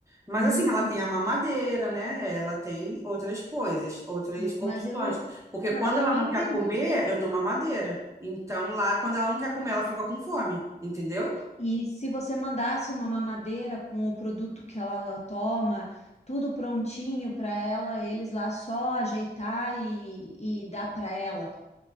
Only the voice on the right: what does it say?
Mas,
assim, ela tem a mamadeira, né? Ela tem outras coisas, outras
opções.
Porque
quando
ela
não
quer comer, eu dou mamadeira. Então, lá, quando ela não quer comer, ela fica com fome, entendeu?